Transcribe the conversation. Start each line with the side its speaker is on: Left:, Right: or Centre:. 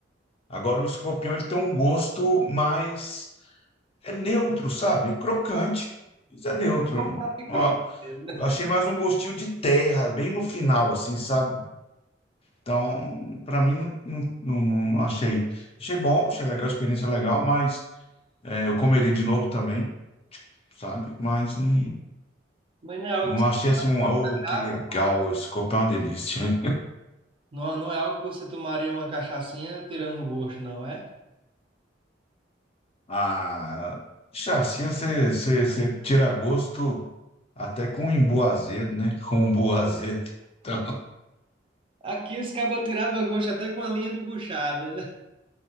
Left: Agora, o escorpião, ele tem um gosto mais... É neutro, sabe? Crocante, mas é neutro.
Right: É um próprio croque
Left: Ó,
Right: mesmo, né?
Left: eu achei mais um gostinho de terra, bem no final, assim, sabe? Então, para mim, não, não, não, não- não achei. Achei bom, achei legal, a experiência é legal, mas é, eu comeria de novo também, sabe? Mas não.
Right: Mas não é algo
Left: Não
Right: que você
Left: achei assim
Right: tomaria
Left: um,
Right: uma
Left: oh,
Right: cachaça,
Left: que legal,
Right: toma-
Left: esse copo é uma delícia. <laughs>
Right: não, não é algo que você tomaria uma cachaçinha tirando o gosto, não é?
Left: Ah, chassi, você, você, você tira gosto até com imbu azedo, né? <laughs> Com umbu azedo. Então,
Right: Aqui os cabas tiravam gosto até com a linha de buchada, né?